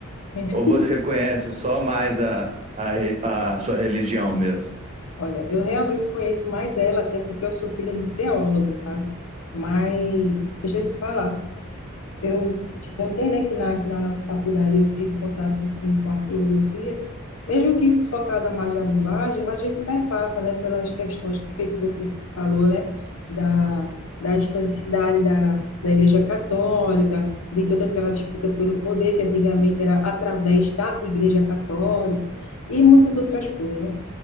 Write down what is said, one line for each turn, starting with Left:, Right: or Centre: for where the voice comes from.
Left: <laughs>
Right: Ou você conhece só mais a, a, re- a sua religião mesmo?
Left: Olha, eu realmente conheço mais ela, até porque eu sou filha de teólogo, sabe? Mas deixa eu te falar. eu te contei, né, que na, na faculdade eu tive contato, assim, com a filosofia, mesmo que focada mais na linguagem, mas a gente perpassa, né, pelas questões que feito você falou, né, da, da historicidade da, da Igreja Católica, de toda aquela disputa pelo poder, que antigamente era através da Igreja Católica, e muitas outras coisas, né?